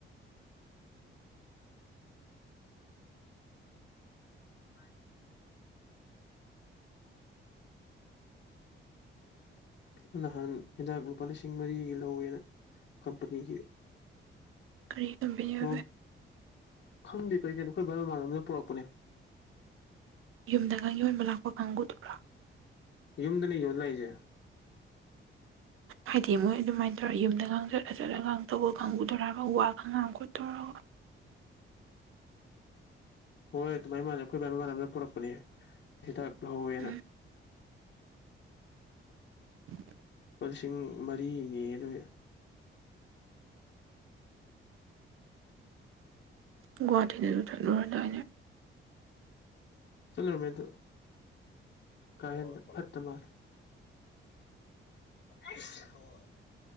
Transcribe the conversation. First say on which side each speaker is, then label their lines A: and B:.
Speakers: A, on the left; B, on the right.
A: ꯃꯥꯥꯏ <unintelligible> <unintelligible> ꯅꯍꯥꯟ ꯍꯤꯗꯥꯛ ꯂꯨꯄꯥ ꯂꯤꯁꯤꯡ ꯃꯔꯤꯒꯤ ꯂꯧꯋꯦꯅꯥ ꯀꯝꯄꯥꯅꯤꯒꯤ
B: ꯀꯔꯤ ꯀꯝꯄꯦꯅꯤ ꯑꯣꯏꯕ
A: ꯅꯣꯟ ꯈꯪꯗꯦ ꯀꯩ-ꯀꯩꯅꯣ ꯑꯩꯈꯣꯏ ꯕꯥꯏ ꯃꯃꯥꯟꯅꯕꯅ ꯄꯨꯔꯛꯄꯅꯦ
B: ꯌꯨꯝ ꯗꯒꯥ ꯌꯣꯟꯕ ꯂꯛ ꯄ ꯀꯪꯒꯨꯗꯨꯔꯣ
A: ꯌꯨꯝꯗꯅꯦ ꯌꯣꯜ ꯂꯥꯛꯏꯁꯦ
B: ꯍꯥꯏꯗꯤ ꯃꯣꯏ ꯑꯗꯨꯃꯥꯏꯅ ꯇꯧꯔꯒ ꯌꯨꯝꯗꯒꯥꯡ ꯆꯠꯂꯒ ꯇꯧꯕ ꯀꯥꯡꯕꯨꯗꯨꯔꯥꯕ ꯋꯥꯒꯥꯥ ꯉꯥꯡ ꯈꯣꯠ ꯇꯧꯔꯥꯒ
A: ꯍꯣꯏ ꯑꯗꯨꯃꯥꯏ ꯃꯥꯜꯂꯦ ꯑꯩꯈꯣꯏ ꯕꯥꯥꯏ ꯃꯥꯃꯥꯟꯅꯕꯅ ꯄꯨꯔꯛꯄꯅꯦ ꯍꯤꯗꯥꯛ ꯂꯧꯍꯧꯋꯦꯅ
B: ꯎꯝ ꯍ <inaudible>
A: ꯂꯨꯄꯥ ꯂꯤꯁꯤꯡ ꯃꯔꯤꯅꯤ ꯑꯗꯨ
B: ꯨꯍꯥꯇꯅ ꯑꯗꯨ ꯊ ꯂꯔꯗꯩꯅ
A: ꯁꯝ ꯃꯦꯏ ꯑꯗꯨꯗꯥ ꯀꯥꯏꯌꯟꯅ ꯐꯠꯇ ꯃꯥꯜ ꯑꯁ ꯍꯣꯏ